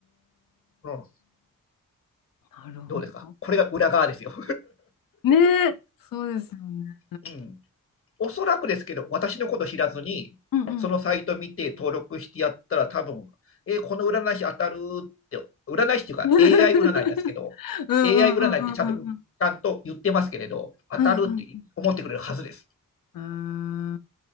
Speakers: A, on the left; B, on the left.
A: うん、
B: なるほど。
A: どうですかこれが裏側ですよ。
B: ねえ。そうですよね。
A: <laughs> うんおそらくですけど、私のこと知らずに、
B: うんうん。
A: そのサイト見て登録してやったら、多分えーこの占い師当たるって、占い師っていうか
B: <laughs> うんうんうんうんうん
A: AI 占いなんですけど、AI 占いってちゃんとちゃんと言ってますけれど、当たるって思ってくれるはずです。
B: うんうんああ